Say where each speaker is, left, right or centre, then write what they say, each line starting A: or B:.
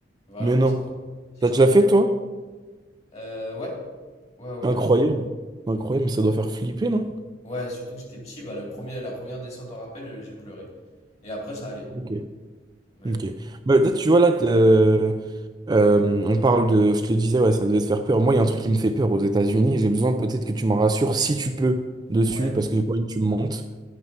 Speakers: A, on the left; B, on the right.
A: Vraiment
B: Mais non.
A: sympa. Si,
B: T'as
A: je
B: déjà
A: te jure.
B: fait, toi?
A: Euh, ouais, ouais, ouais.
B: Incroyable.
A: Ouais,
B: Incroyable, mais ça doit faire flipper, non?
A: Ouais, surtout que j'étais petit, bah, le premier, la première descente en rappel, euh, j'ai pleuré. Et après, ça allait.
B: Ok.
A: Ouais,
B: Ok. Bah, là, tu vois, là, t- euh, euh, on parle de. Je te disais, ouais, ça devait te faire peur. Moi, il y a un truc qui me fait peur aux États-Unis. J'ai besoin peut-être que tu m'en rassures si tu peux dessus,
A: ouais,
B: parce que j'ai pas envie que tu me mentes.